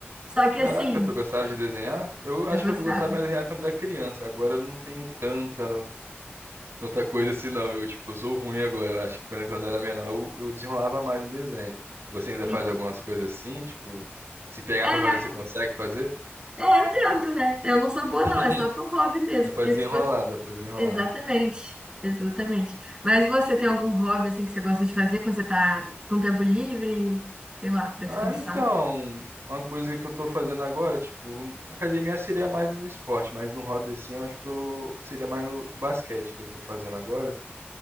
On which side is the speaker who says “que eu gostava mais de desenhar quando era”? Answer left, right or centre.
Right